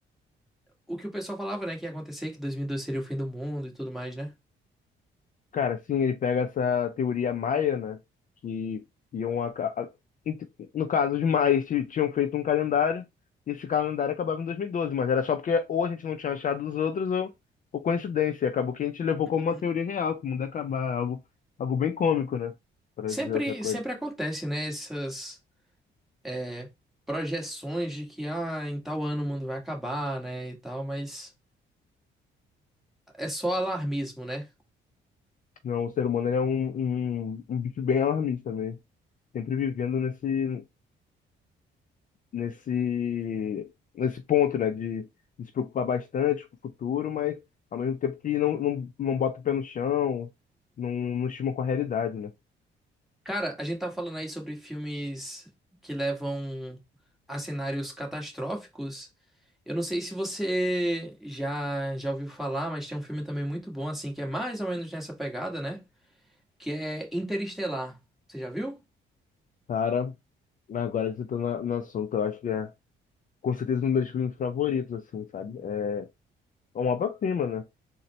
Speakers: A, in the centre; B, on the left.
A: O que o pessoal falava, né? Que ia acontecer, que dois mil e dois seria o fim do mundo e tudo mais, né?
B: Cara, sim, ele pega essa teoria maia, né? Que iam. aca- a- ent- No caso, os maias ti- tinham feito um calendário, e esse calendário acabava em 2012, mas era só porque ou a gente não tinha achado os outros, ou, ou coincidência. Acabou que a gente levou
A: <clears throat>
B: como uma teoria real, que o mundo ia acabar, algo, algo bem cômico, né? Pra
A: Sempre,
B: dizer outra coisa.
A: sempre acontece, né? Essas é, projeções de que ah, em tal ano o mundo vai acabar, né? E tal, mas é só alarmismo, né?
B: Não, o ser humano ele é um, um, um bicho bem alarmista, né? Sempre vivendo nesse, nesse, nesse ponto, né? De, de se preocupar bastante com o futuro, mas ao mesmo tempo que não, não, não bota o pé no chão, não, não estima com a realidade, né?
A: Cara, a gente tá falando aí sobre filmes que levam a cenários catastróficos. Eu não sei se você já já ouviu falar, mas tem um filme também muito bom assim, que é mais ou menos nessa pegada, né? Que é Interestelar. Você já viu?
B: Cara, agora que você tá na- no assunto, eu acho que é com certeza um dos meus filmes favoritos, assim, sabe? É uma obra-prima, né?